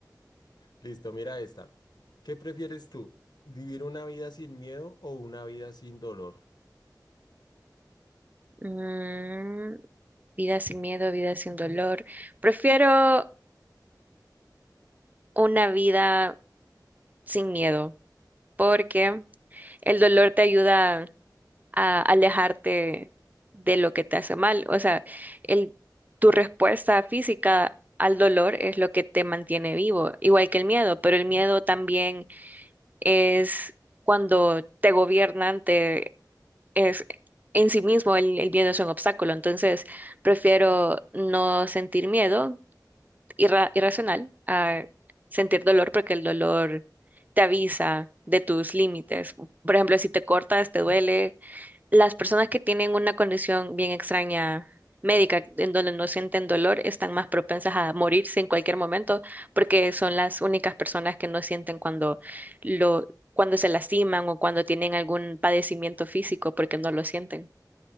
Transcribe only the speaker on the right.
Mm, vida sin miedo, vida sin dolor. Prefiero una vida sin miedo porque el dolor te ayuda a alejarte de lo que te hace mal. O sea, el, tu respuesta física al dolor es lo que te mantiene vivo, igual que el miedo, pero el miedo también es cuando te gobiernan, te, es en sí mismo el, el miedo es un obstáculo. Entonces, prefiero no sentir miedo irra- irracional a sentir dolor porque el dolor te avisa de tus límites. Por ejemplo, si te cortas, te duele, las personas que tienen una condición bien extraña médica, en donde no sienten dolor, están más propensas a morirse en cualquier momento, porque son las únicas personas que no sienten cuando lo, cuando se lastiman o cuando tienen algún padecimiento físico, porque no lo sienten.